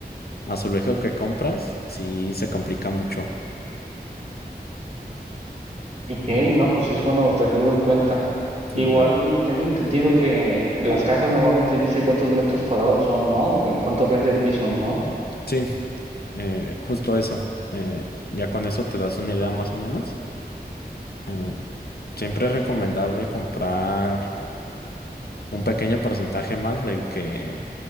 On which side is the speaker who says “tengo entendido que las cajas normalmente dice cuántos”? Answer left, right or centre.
Right